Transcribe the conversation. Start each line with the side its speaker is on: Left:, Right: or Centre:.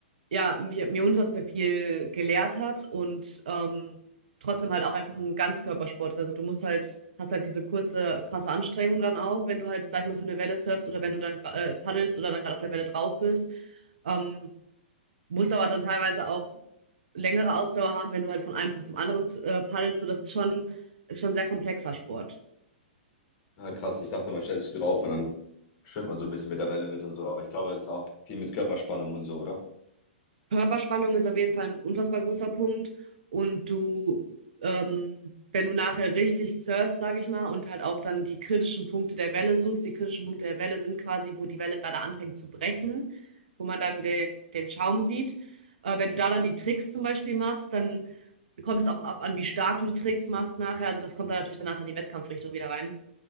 Right: ja, mir, mir unfassbar viel gelehrt hat und ähm, trotzdem halt auch einfach ein Ganzkörpersport ist. Also du musst halt, hast halt diese kurze, krasse Anstrengung dann auch, wenn du halt, sag ich mal, für eine Welle surfst oder wenn du dann gra- äh, paddelst oder dann gerade auf der Welle drauf bist. Ähm, musst aber dann teilweise auch längere Ausdauer haben, wenn du halt von einem Punkt zum anderen äh, paddelst. So, das ist schon, ist schon ein sehr komplexer Sport.
Left: Ah, krass, ich dachte, man stellt sich drauf und dann schwimmt man so ein bisschen mit der Welle mit und so. Aber ich glaube, es ist auch viel mit Körperspannung und so, oder?
Right: Körperspannung ist auf jeden Fall ein unfassbar großer Punkt. Und du, ähm, wenn du nachher richtig surfst, sage ich mal, und halt auch dann die kritischen Punkte der Welle suchst, die kritischen Punkte der Welle sind quasi, wo die Welle gerade anfängt zu brechen, wo man dann den, den Schaum sieht. Äh, wenn du da dann die Tricks zum Beispiel machst, dann kommt es auch ab an, wie stark du die Tricks machst nachher. Also das kommt dann natürlich danach in die Wettkampfrichtung wieder rein.